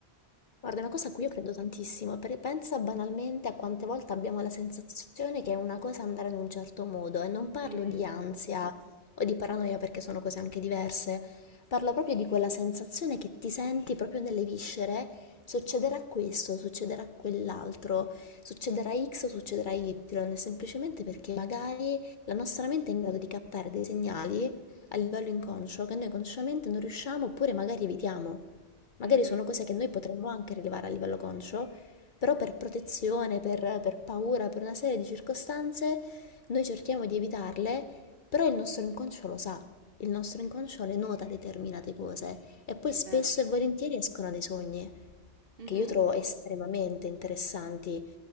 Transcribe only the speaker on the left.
Guarda, è una cosa a cui io credo tantissimo, perché pensa banalmente a quante volte abbiamo la sensazione che è una cosa andare in un certo modo, e non parlo
di ansia o di paranoia perché sono cose anche diverse, parlo proprio di quella sensazione che ti senti proprio nelle viscere, succederà questo, succederà quell'altro, succederà X, o succederà Y, semplicemente perché magari la nostra mente è in grado di captare dei segnali a livello inconscio che noi consciamente non riusciamo oppure magari evitiamo. Magari
sono cose che noi potremmo anche rilevare a livello conscio, però per protezione, per, per paura, per una serie di circostanze, noi cerchiamo di evitarle, però il nostro inconscio lo sa, il nostro inconscio le nota determinate cose e poi
spesso
e volentieri escono dai sogni
che io trovo estremamente interessanti.